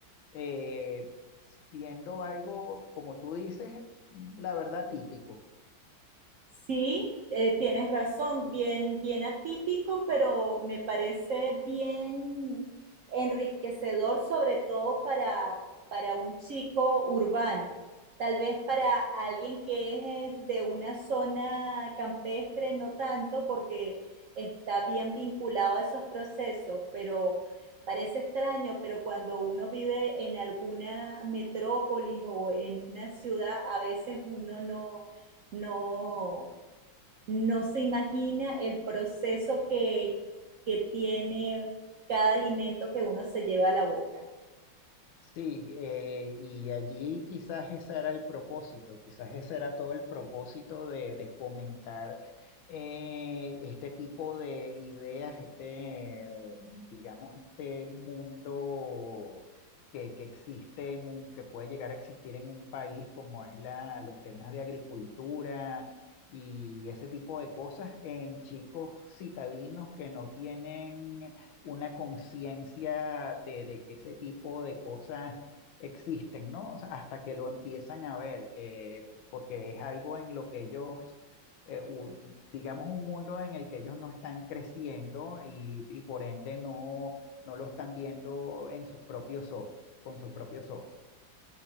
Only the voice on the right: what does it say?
Sí, eh, tienes razón, bien, bien atípico, pero me parece bien enriquecedor, sobre todo para, para un chico urbano. Tal vez para alguien que es de una zona campestre, no tanto, porque está bien vinculado a esos procesos, pero parece extraño, pero cuando uno vive en alguna metrópolis o en una ciudad, a veces uno no, no, no se imagina el proceso que, que tiene cada alimento que uno se lleva a la boca.